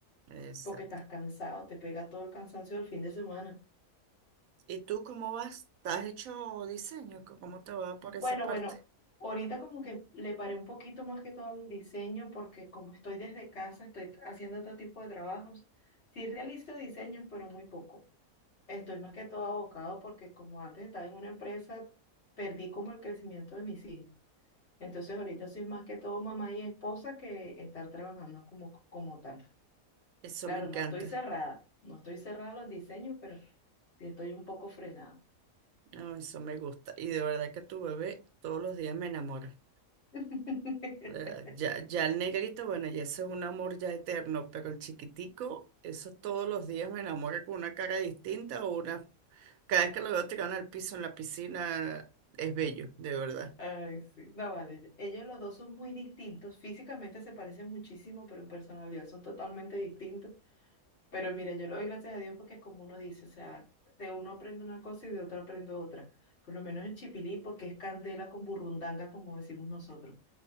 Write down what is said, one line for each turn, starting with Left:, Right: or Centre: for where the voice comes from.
Right: exacto.
Left: porque estás cansado, te pega todo el cansancio del fin de semana.
Right: ¿Y tú cómo vas? ¿Te has hecho diseño? ¿Cómo cómo te va por esa
Left: Bueno,
Right: parte?
Left: bueno, ahorita como que le paré un poquito más que todo el diseño porque como estoy desde casa, estoy haciendo otro tipo de trabajos. Sí realizo diseños, pero muy poco. Estoy más que todo abocado porque como antes estaba en una empresa, perdí como el crecimiento de mis hijos. Entonces ahorita soy más que todo mamá y esposa que estar trabajando como, como tal.
Right: Eso
Left: Claro,
Right: me encanta,
Left: no estoy cerrada, no estoy cerrada a los diseños, pero sí estoy un poco frenada.
Right: no, eso me gusta. Y de verdad que tu bebé todos los días me enamora.
Left: <laughs>
Right: Eh, Ya, ya el negrito, bueno, ya ese es un amor ya eterno, pero el chiquitico, eso todos los días me enamora con una cara distinta o una... Cada vez que lo veo tirado al piso en la piscina, es bello, de verdad.
Left: Ay, sí. No, vale. Ellos los dos son muy distintos. Físicamente se parecen muchísimo, pero en personalidad son totalmente distintos. Pero mira, yo lo doy gracias a Dios porque como uno dice, o sea, de uno aprendo una cosa y de otro aprendo otra. Por lo menos en Chipilí, porque es candela con burrundanga, como decimos nosotros.